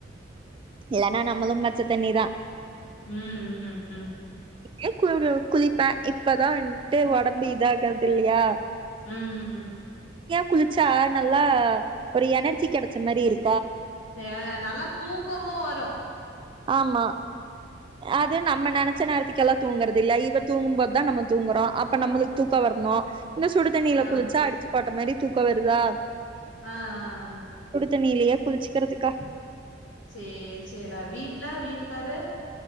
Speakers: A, on the right; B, on the left.
A: இல்லன்னா நம்மளும் பச்ச தண்ணிதா
B: ம் ம் ம்
A: ஏ <unintelligible> குளிப்பே இப்பதா வன்ட்டு உடம்பு இதாகறது இல்லியா
B: ம் ம்
A: குளிச்சா நல்லா ஒரு எனர்ஜி கடைச்ச மாரி இருக்
B: <unintelligible> நல்லா தூக்கமு வரோ
A: ஆமா அது நம்ம நனைச்ச நேரத்துக்கெல்லா தூங்குறது இல்ல இவ தூங்கும்போதுதா நம்ம தூங்குறோ அப்ப நம்மளுக்கு தூக்க வர்ணோ என்ன சுடு தண்ணில
B: ஆ
A: குளிச்சா அடிச்சு போட்ட மாரி தூக்கோ வருதா
B: ஆ ஆ
A: தண்ணிலியே குளிச்சுக்கிறதுக்கா
B: சேரி செரிட வீட்லா வீட்டுக்காரு